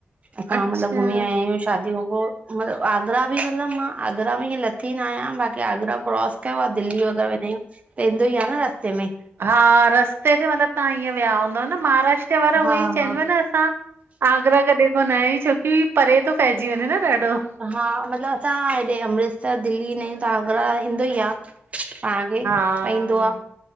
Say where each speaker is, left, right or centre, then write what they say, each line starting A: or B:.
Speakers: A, on the right; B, on the right.
A: असां
B: अच्छा
A: मतलब घुमी आया आहियूं शादी खां पोइ। मतलब आगरा बि मतलब मां आगरा में ईअं लथी न आहियां बाक़ी आगरा क्रॉस कयो आहे दिल्ली वग़ैरह वेंदा आहियूं। त इंदो ही आ न रस्ते में।
B: हा रस्ते ते मतलबु तव्हां ईअं विया हूंदव न, महाराष्ट्र वारा
A: हा
B: उहो ई चवनि
A: हा
B: पिया न असां आगरा कॾहिं कोन आया आहियूं। छो कि परे तो पहिजी वञे न ॾाढो।
A: हा मतिलब असां हेॾे अमृतसर दिल्ली इन्दा आहियूं त आगरा ईंदो ई आ। पाण खे
B: हा
A: पाईंदो आ,